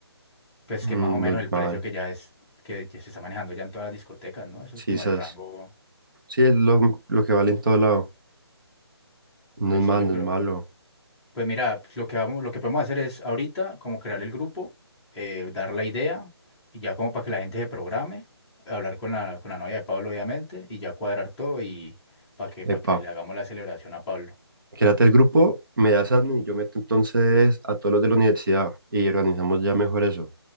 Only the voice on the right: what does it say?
Mm,
no es
mal.
Sí,
esas.
Sí, es lo, lo que vale en todo lado. No
es mal,
no
es malo.
Epa,
quédate el grupo, me das admin y yo meto entonces a todos los de la universidad y organizamos ya mejor eso.